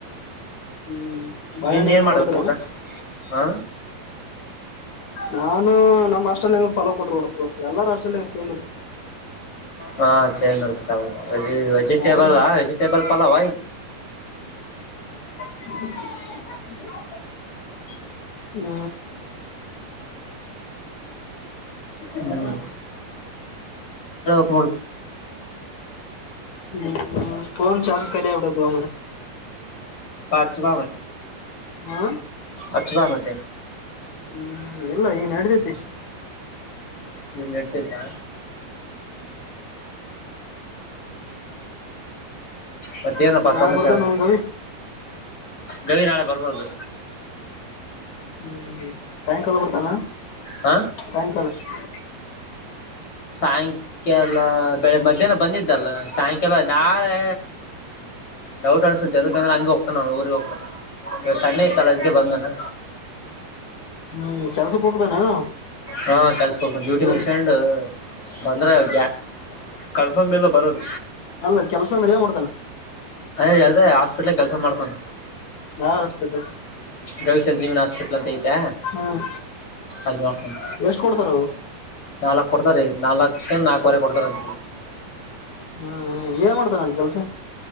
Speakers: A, on the left; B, on the left.
A: ಹ್ಮ್ ಭಯ
B: ನಿಂದ್
A: ನೀನು
B: ಏನ್ ಮಾಡದಪ್ಪ
A: ಕೊಡತರ
B: ಊಟ ಹಾ
A: ನಾನು ನಮ್ ಆಸ್ಟ್ರಲ್ಯಾಗ ಫಾಲೋ ಕೊಡ್ರಿ ಡ ಎಲ್ಲಾರ ರಾಸಲ್ಯ ಸೇಮ್ ಇರ್ತ
B: ಹಾ ಸೇನರುತ ತ ವೆಜಿಟಬಲ್
A: ಆದ್ರ
B: ಹ ವೆಜಿಟಬಲ್ ಪಲಾವ
A: ಹ ಹ್ಮ
B: ಹ್ಮ್ ಹೇಳು
A: ಹ್ಮ ಫೋನ್ ಚಾರ್ಜ ಕ ಅವಡದುು ಅಮರ
B: ಬಚವಾ ಮ
A: ಹಾ
B: ಅಚವಾ ಮ
A: ಹ್ಮ್ ಎಲ್ಲ ಈನ್ ನಡದೈತಿ
B: ನೀ ನೆಟ್ಟದಾ ಮತ್ತೆನ ಪಸಂದ
A: ನಾಳೆ ಬರ್ತಾನ
B: ಸಾರ
A: ನಮ್ ಗವಿ
B: ಗವಿ ನಾಳೆ ಬರ್ಬೋದು
A: ಹ್ಮ್ ಸಾಯಂಕಾಲ ಬರ್ತಾನ
B: ಹಾ
A: ಸಾಯಂಕಾಲ ಹೌ
B: ಸಾಯಂಕಾಲಾಲ ಬೆಳಗ್ ಮಧ್ಯಾಹ್ನ ಬಂದಿದ್ದಲ್ಲ ಸಾಯಂಕಾಲ ನಾಳೆ ಡೌಟ್ ಅನ್ಸುತ್ತೆ ಯದಕಂದ್ರೆ ಹಂಗಗೆ ಹೋಗ್ತಾನ ಊರಿಗೆ ಹೋಗ್ತಾನ ಇಾಗ ಸಣ್ಣೆ ಇತ್ತಲ್ಲ ಅದಕ್ಕೆ ಬಂದಾನ
A: ಹ್ಮ್ ಕೆಲ್ಸಕ್ ಹೋಗ್ತಾನೇನೋ
B: ಹಾ ಕಲ್ಸಕಡ್ತ ಬ್ಯೂಟಿ
A: ಏನ್
B: ಮಷಂಡ್ ಬಂದ್ರೆ ಅಕ ಕನ್ಫರ್ಮ್ ಇ ಲ್ಲ ಬರದು
A: ಅಲ್ಲ ಕೆಲ್ಸ ಅಂದ್ರೆ ಏನ್ ಮಾಡ್ತಾನ
B: ಯ ಅದ ಹಾಸ್ಪಿಟ್ಲ್ ಕೆಲ್ಸ ಮಾಡ್ತಾನ
A: ಯಾವ ಹಾಸ್ಪಿಟಲ್
B: ಗವಿ ಸಂಜೀವನ ಹಾಸ್ಪಿಟ್ಲ್ ಅಂತ ಐತೆ
A: ಹ್ಮ್
B: ಅಲ್ಲಿ ಮಾಡ್ತಾನೆ
A: ಎಷ್ಟ್ ಕೊಡ್ತಾರ ಅವು
B: ನಾಲ್ಕು ಕೊಡ್ತಾರೀ ನಾಲ್ಕಂದ ನಾಲ್ಕುವರೆ ಕೊಡ್ತಾರಂತ
A: ಹ್ಮ್ ಏನ್ ಮಾಡ್ತೇನೆ ಅಲಿ ಕೆಲ್ಸ